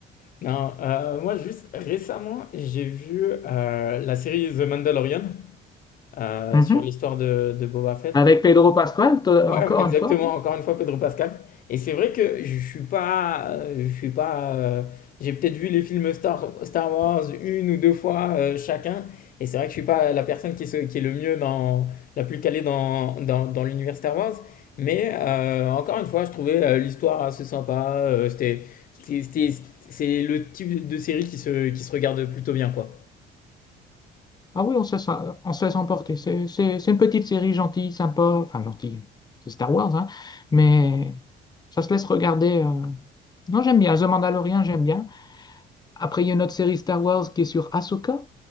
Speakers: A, on the left (about 55°); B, on the left (about 25°).
A: Non, euh, moi juste récemment, j'ai vu euh, la série The Mandalorian euh,
B: Mhm.
A: sur l'histoire de, de Boba Fett.
B: Avec Pedro Pascal, t- encore
A: Ouais, ouais, exactement,
B: une fois.
A: encore une fois Pedro Pascal. Et c'est vrai que je suis pas, euh, je suis pas, euh, j'ai peut-être vu les films Star, Star Wars une ou deux fois euh, chacun, et c'est vrai que je suis pas la personne qui, se- qui est le mieux dans, la plus calée dans, dans, dans l'univers Star Wars, mais euh, encore une fois, je trouvais euh, l'histoire assez sympa, euh, c'était, c'était, c'était- c'est le type de série qui se, qui se regarde plutôt bien, quoi.
B: Ah oui, on se laisse, on se laisse emporter. C'est c'est- c'est une petite série gentille, sympa. Enfin, gentille, c'est Star Wars, hein. Mais ça se laisse regarder. euh. Non, j'aime bien. The Mandalorian, j'aime bien. Après, il y a une autre série Star Wars qui est sur Ahsoka.